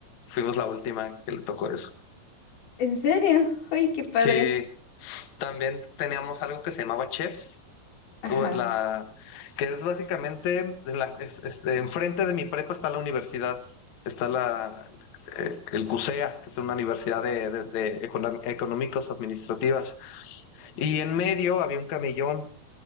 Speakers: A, on the left (about 65°); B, on the left (about 85°).
A: fuimos la última que le tocó eso.
B: ¿En serio? Ay, qué padre.
A: Sí, también teníamos algo que se llamaba chefs.
B: Ajá.
A: u- la, que es básicamente de la- es- es- de enfrente de mi prepa está la universidad, está la, eh, el CUSEA, que es una universidad de, de- de econom- económicos administrativas, y en medio había un camellón.